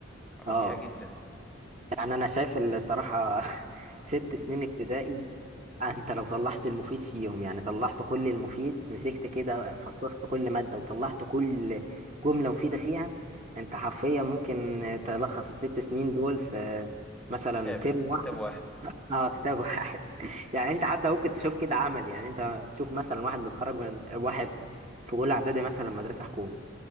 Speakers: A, in the centre; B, on the right.
A: رديئة
B: اه
A: جدا
B: يعني انا شايف الصراحه <laughs> ست سنين ابتدائي انت لو طلعت المفيد فيهم يعني طلعت كل المفيد مسكت كده فصصت كل مادة وطلعت كل جملة مفيدة فيها انت حرفيا ممكن تلخص الست سنين دول في مثلا
A: كتاب
B: ترم واحد
A: كتاب واحد
B: اه كتاب واحد <laughs> يعني انت حتى ممكن تشوف كده عمل يعني انت تشوف مثلا واحد متخرج من واحد في اولى اعدادي مثلا مدرسة حكومي